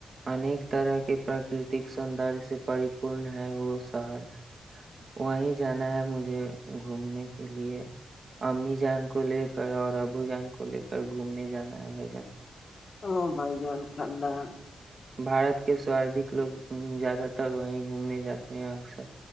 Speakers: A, on the right; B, on the left.
A: انیک طرح کے پراکرتک سوندر سے پری پورن ہے وہ شہر وہیں جانا ہے مجھے گھومنے کے لیے امی جان کو لے کر اور ابو جان کو لے کر اور گھومنے جانا ہے بھ جان
B: وہ بائی جان خانا
A: بارت کے سودھک لوگ زیادہ تر وہیں گھومنے جاتے ہیں اکثر